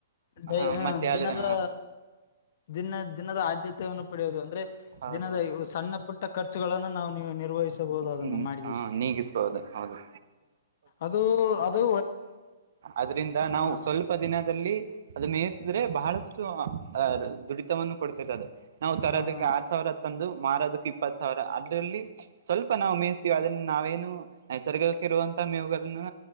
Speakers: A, on the left; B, on the right.
A: ಹಯ
B: ಹ ಮತ್ತೆ
A: ದಿನದದ್ರ.
B: ಅದ್ರ
A: ದಿನ ದಿನದ ಆದ್ಯತೆಯನ್ನು ಪಡೆಯುವುದು ಅಂದ್ರೆ
B: ಹೌದೌದು
A: ದಿನದ ಸಣ್ಣ ಪುಟ್ಟ ಖರ್ಚುಗಳನ್ನು ನಾವು ನೀವು ನಿರ್ವಹಿಸಬಹುದು ಅದನ್ನು
B: ಹ್ಮ್
A: ಮಾಡಗ
B: ಹಾ ನೀಗಿಸಬಹುದು ಹೌದು
A: ಅದು ಅದು.
B: ಅದ್ರಿಂದ ನಾವು
A: ಹ ಹ
B: ಸ್ವಲ್ಪ. ಸ್ ದಿನದಲ್ಲಿ ಅದ ಮೇಯಿಸಿದ್ರೆ ಬಹಳಷ್ಟು ಅಹ ದುಡಿತವನ್ನು ಕೊಡ್ತದೆ ಅದು. ನಾವು ತರೋದಕ್ಕೆ
A: ಹ
B: ಆರ್ ಸಾವಿರ ತಂದು ಮಾರೋದಕ್ ಇಪ್ಪತ್ ಸಾವಿರ ಅದ್ರಲ್ಲಿ. ಸ್ವಲ್ಪ ನಾವು ಮೇಯಿಸ್ತೀವಿ ಅದನ್ನ ನಾವೇನು ನೈಸರ್ಗಕ್ಕ ಇರುವಂತ ಮೇವುಗಳನ್ನು.